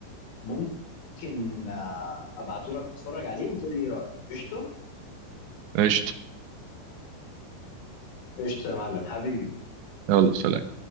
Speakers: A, on the left; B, on the right.
A: ممكن ابعته لك تتفرج عليه وتقول لي ايه رايك قشطه
B: قشطة
A: قشطه يا معلم حبيبي
B: يلا سلام